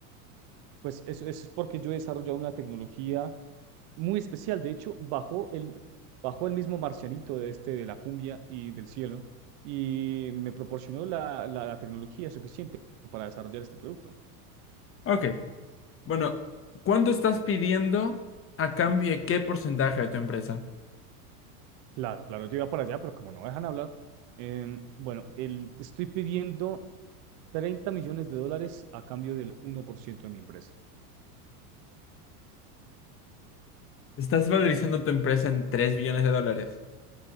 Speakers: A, on the right; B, on the left.
A: Pues eso, eso es porque yo he desarrollado una tecnología muy especial. De hecho, bajó el, bajó el mismo marcianito de este, de la cumbia y del cielo, y me proporcionó la, la, la tecnología suficiente para desarrollar este producto.
B: Ok. Bueno, ¿cuánto estás pidiendo a cambio de qué porcentaje de tu empresa?
A: Claro, claro, yo iba para allá, pero como no dejan hablar, em, bueno, el, estoy pidiendo 30 millones de dólares a cambio del uno por ciento de mi empresa.
B: Estás valorizando tu empresa en 3 billones de dólares.